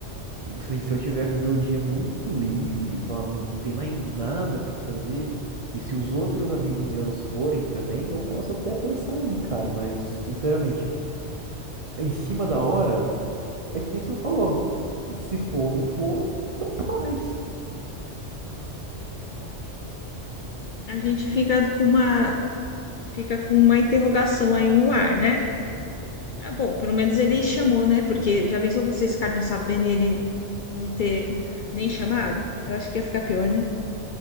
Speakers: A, on the right; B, on the left.
A: Assim, se eu tiver com o meu dia muito livre, eu falar, não, não tem mais nada pra fazer. E se os outros amigos meus forem também, eu posso até pensar aí, cara, mas sinceramente, em cima da hora, é que nem você falou. Se for ou não for, tanto faz.
B: A gente fica com uma, fica com uma interrogação aí no ar, né? Ah, bom, pelo menos ele chamou, né? Porque já pensou vocês ficarem sabendo e ele não ter nem chamado? Eu acho que ia ficar pior, né?